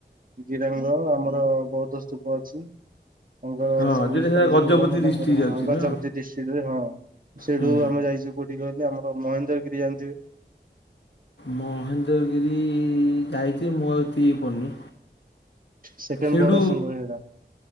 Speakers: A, on the right; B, on the left.
A: ଗିରାଙ୍ଗ ଆମର ବହୁତ ସ୍ତୂପ ଅଛି। ତାଙ୍କର
B: ହଁ
A: ସବୁ
B: ଯେଉଁଟା
A: ଭିତରେ
B: ସେଟା
A: ସବୁ
B: ଗଜପତି
A: ମାନେ ତାଙ୍କର
B: ଡିଷ୍ଟ୍ରିକ୍ଟ
A: ହଁ
B: ଯାଉଛି
A: ଗଜପତି
B: ନା
A: ଡିଷ୍ଟ୍ରିକ୍ଟ ରେ ହଁ ସେଇଠୁ
B: ହୁଁ
A: ଆମେ ଯାଇଛୁ କୋଉଠିକି ଆମର ମହେନ୍ଦ୍ର ଗିରି ଜାଣିଥିବେ।
B: ମହେନ୍ଦ୍ରଗିରି ଯାଇଛି ମୁଁ ଆଉ ଏତିକି ପଡ଼ିନି
A: ସେକେଣ୍ଡ
B: ସେଇଠୁ
A: ବର୍ଡ ଆସ ସେଟା